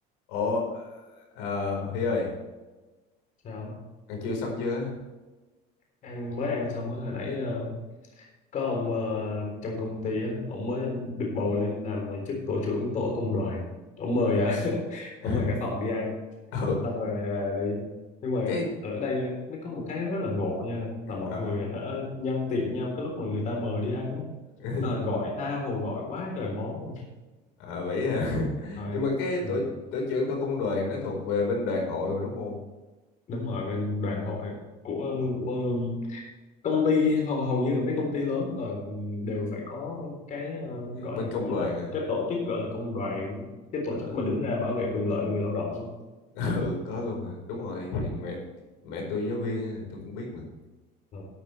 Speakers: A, on the left; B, on the left.
A: Ủa, ờ, ờ, Huy ơi,
B: sao
A: ăn trưa xong chưa?
B: ăn mới ăn xong mới hồi nãy ờ, có ông ờ, trong công ty á ông mới được bầu lên làm ờ, chức tổ trưởng tổ công đoàn ông mời à, <laughs>
A: <laughs>
B: ông mời cả phòng đi ăn
A: Ừ,
B: xong rồi à, đi nhưng mà
A: cái,
B: ở đây nó có một cái rất là ngộ nha
A: ờ,
B: là mọi người hả, nhân tiện nhau cái lúc mà người ta mời đi ăn á
A: <laughs>
B: ờ, gọi tha hồ gọi quá trời món luôn
A: à, vậy hả? <laughs>
B: Ờ,
A: Nhưng mà cái tổ,
B: ừ,
A: tổ trưởng tổ công đoàn nó thuộc về bên đoàn hội rồi đúng không?
B: đúng rồi bên đoàn hội của của công ty hầu, hầu như là mấy công ty lớn là đều phải có cái ờ,
A: Cái
B: gọi
A: Bên
B: là
A: công
B: cái gì
A: đoàn
B: ta
A: à?
B: cái tổ chức gọi là công đoàn cái tổ
A: Ờ,
B: chức mà đứng ra bảo vệ quyền lợi người lao động á.
A: <laughs> ừ, có luôn hả? Đúng rồi, thì mẹ mẹ tôi giáo viên, á, tôi cũng biết mà.
B: Ờ.